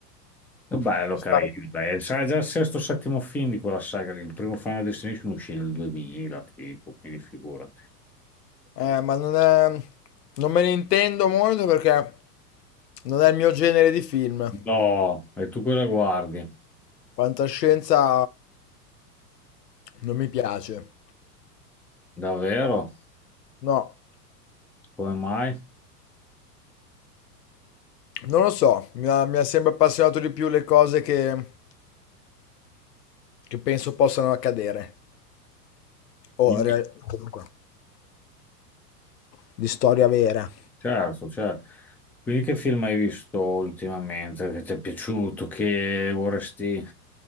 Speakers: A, in the centre; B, on the left.
A: È bello,
B: Stai-
A: carino. Dai. Sarà già il sesto o settimo film di quella saga lì. Il primo Final Destination uscì nel 2000, tipo, quindi figurati.
B: Eh, ma non è... non me ne intendo molto perché non è il mio genere di film.
A: No, e tu cosa guardi?
B: Fantascienza non mi piace.
A: Davvero?
B: No,
A: Come mai?
B: non lo so, mi ha, mi ha sempre appassionato di più le cose che, che penso possano accadere. O
A: Quindi,
B: rea- comunque, di storia vera.
A: certo, certo. Quindi che film hai visto ultimamente che ti è piaciuto, che vorresti,